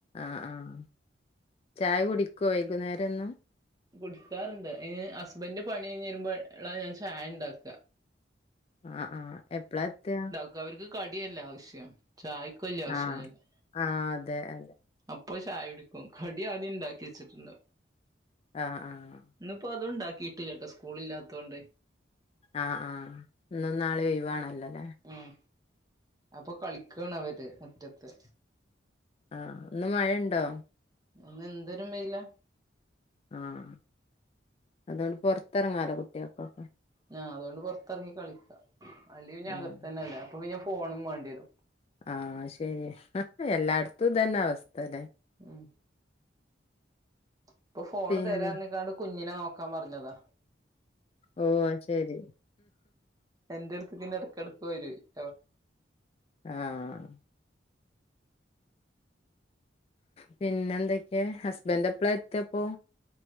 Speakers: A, on the left (about 30°); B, on the right (about 20°).
A: ആഹ് ആഹ്. ചായ കുടിക്കോ വെയ്കുന്നേരം എന്നും
B: കുടിക്കാറ്ണ്ട്. അയ്ന് ഹസ്ബെൻഡ് പണി കഴിഞ്ഞ് വെരുമ്പൊ ളാ ഞാൻ ചായ ഇണ്ടാക്കാ
A: ആഹ് ആഹ് എപ്പളാ എത്താ
B: ക്ക് അവര്ക്ക് കടിയല്ലേ ആവശ്യം ചായക്ക് വല്ല്യെ ആവശ്യല്ലല്ലോ.
A: ആഹ് ആഹ് അതെ അതെ
B: അപ്പൊ ചായക്കുടിക്കും. കടിയാദ്യം ഇണ്ടാക്കി വെച്ച്ട്ട്ണ്ടാവും
A: ആഹ് ആഹ്.
B: ഇന്ന്പ്പൊ അതും ഇണ്ടാക്കിയിട്ടില്ലട്ടോ. സ്കൂളില്ലാത്തോണ്ട്
A: ആഹ് ആഹ് ഇന്നും നാളിം ഒയ് വാണെല്ലൊല്ലേ
B: ഉം. അപ്പൊ കളിക്കാണ് അവര് മുറ്റെത്ത്
A: ആഹ് ഇന്ന് മഴണ്ടോ
B: ഇന്ന് എന്തോരം വെയ്ലാ.
A: ആഹ് അത്കൊണ്ട് പൊർത്തെറങ്ങാലോ കുട്ട്യാക്കൊക്കെ.
B: ങ്ങ് ആഹ് അതോണ്ട് പൊർത്തെറങ്ങി കളിക്കാ അല്ലെങ്ങി ഇഞ് അകത്തന്നെ
A: ആഹ്
B: അല്ലേ. അപ്പോ പിന്നെ ഫോണും മാണ്ടിയെരും.
A: ആഹ് ശെരിയാ. എല്ലാട്ത്തും ഇതെന്നെ അവസ്ഥല്ലേ.
B: ഉം ഇപ്പൊ ഫോണ്
A: പിന്നെ
B: തെരാർഞ്ഞ്ക്കാണ്ട് കുഞ്ഞിനെ നോക്കാം പർഞ്ഞതാ.
A: ഓഹ് അയ്ശെരി
B: എന്റെ അട്ത്ത് ഇങ്ങനെ ഇടെക്കെടക്ക് വെരൊയ് <inaudible>
A: ആഹ് പിന്നെ ന്തൊക്കെ? ഹസ്ബെൻഡ് എപ്പെളാ എത്തപ്പോ?